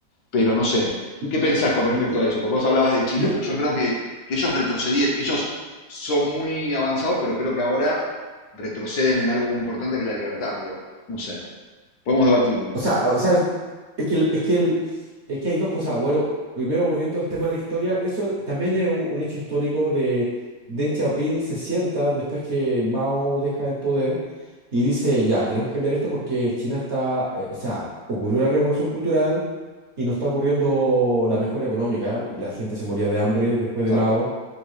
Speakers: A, on the left (about 65°); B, on the right (about 50°).
A: pero no sé.
B: Y,
A: ¿Qué pensás con respecto
B: y,
A: a eso? Porque vos hablabas de China,
B: y-
A: pero yo creo que, que ellos retrocedieron, ellos son muy avanzados, pero creo que ahora retroceden en algo muy importante que es la libertad, amigo. No sé, podemos debatirlo.
B: O sea, o sea, es que, el- es que, el- es que hay dos cosas. Bueno, primero volviendo al tema de la historia, eso también es un, un hecho histórico de Deng Xiaoping se sienta después que Mao deja el poder y dice, ya, tenemos que cambiar esto porque China está, eh, o sea, ocurrió la revolución cultural y no está ocurriendo la mejora económica y la gente se moría de hambre después de
A: Claro.
B: Mao.